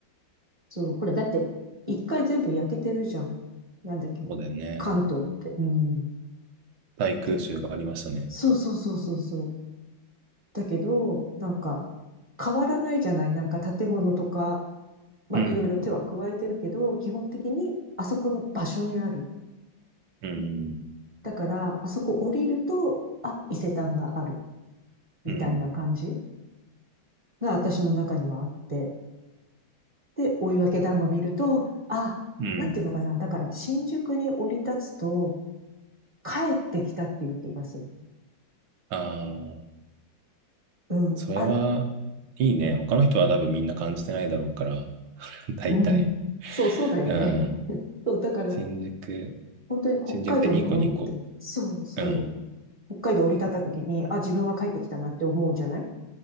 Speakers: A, on the right; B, on the right.
A: そう。ほら、だって、一回全部焼けてるじゃん。なんだっけ。
B: そうだよね。
A: 関東って。うん。
B: 大空襲がありましたね。
A: だ、そうそうそうそうそう。だけど、なんか、変わらないじゃない。なんか建物とか、まあ、
B: うん。
A: いろいろ手は加えてるけど、基本的にあそこの場所にある。
B: うん。
A: だから、あそこ降りると、あ、伊勢丹がある。みたいな感じ
B: うん。
A: が私の中にはあって。で、追分団子見ると、あ、
B: うん。
A: なんていうのかな。だから、新宿に降り立つと、帰ってきたっていう気がする。
B: ああ、
A: うん。
B: それは、
A: あ、
B: いいね。他の人は多分みんな感じてないだろうから、<laughs> 大体。
A: うん。そう、そうだよね。
B: うん。
A: <laughs> そう、だから、
B: 新宿、
A: 本当に北海道に降りて、
B: 新宿でニコニコ。
A: そうそう。
B: うん。
A: 北海道降り立った時に、あ、自分は帰ってきたなって思うじゃない